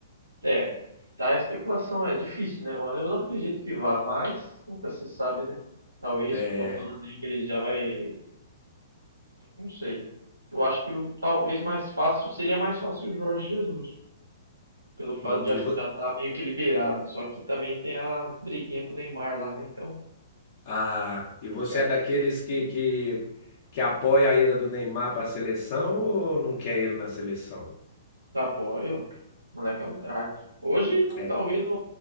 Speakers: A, on the right; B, on the left.
A: É, tá, a especulação é difícil, né, mano? Eu não acredito que vá, mas nunca se sabe, né? Talvez
B: É,
A: estão falando aí que ele já vai Não sei. Eu acho que o- talvez mais fácil seria mais fácil o Jorge Jesus, pelo fato
B: hum,
A: de acho
B: e, vo-
A: que já tá meio que liberado. Só que também tem a briguinha com o Neymar lá, né? Então,
B: ah, e você
A: cara,
B: é daqueles que, que, que apoia a ida do Neymar para a seleção ou não quer ele na seleção?
A: apoio. O moleque é um craque. Hoje não,
B: É,
A: talvez não,